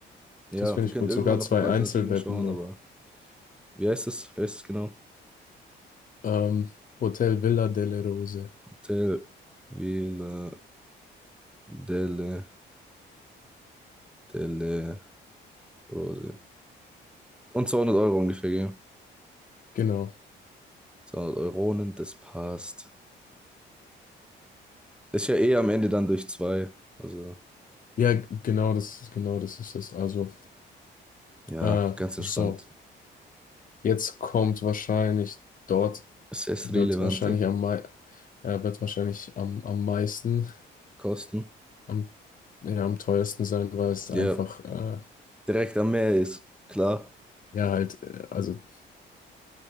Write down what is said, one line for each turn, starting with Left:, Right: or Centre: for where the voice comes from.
Centre: Ja,
Left: Das finde
Centre: wir können
Left: ich gut.
Centre: irgendwann
Left: Sogar
Centre: noch
Left: zwei
Centre: nach Alternativen
Left: Einzelbetten
Centre: schauen,
Left: noch.
Centre: aber wie heißt es? Wie heißt es genau?
Left: Ähm, Hotel Villa delle Rose.
Centre: Hotel Villa delle, delle Rose. Und 200 Euro ungefähr, gell?
Left: Genau.
Centre: 200 Euronen, das passt. Ist ja eh am Ende dann durch zwei. Also.
Left: Ja, g- genau das ist, genau das ist es. Also,
Centre: Ja,
Left: äh,
Centre: ganz entspannt.
Left: so. Jetzt kommt wahrscheinlich dort
Centre: Assess-relevante
Left: wird wahrscheinlich am mei äh, wird wahrscheinlich am, am meisten,
Centre: Kosten.
Left: am, ja, am teuersten sein, weil es
Centre: Ja,
Left: einfach äh,
Centre: direkt am Meer ist klar.
Left: Ja, halt, äh, also